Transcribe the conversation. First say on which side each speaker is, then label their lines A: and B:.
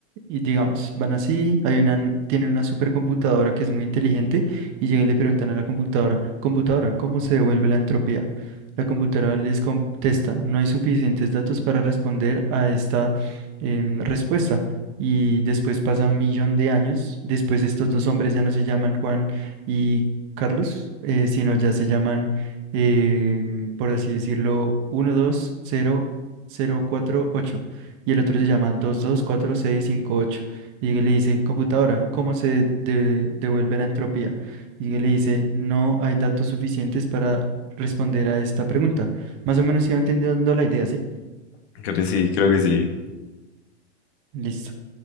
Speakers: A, on the right; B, on the left.
A: Y digamos, van así, hay una, n- tienen una supercomputadora que es muy inteligente y llega y le preguntan a la computadora, computadora, ¿cómo se devuelve la entropía? La computadora les contesta, no hay suficientes datos para responder a esta em, respuesta y después pasa un millón de años. Después estos dos hombres ya no se llaman Juan y Carlos, eh, sino ya se llaman, em, por así decirlo, uno dos cero cero cuatro ocho y el otro se llama dos dos cuatro seis cinco ocho Y le dice, computadora, ¿cómo se de- devuelve la entropía? Y le dice, no hay datos suficientes para responder a esta pregunta. Más o menos iba entendiendo la idea, ¿sí?
B: Creo que sí, creo que sí.
A: Listo.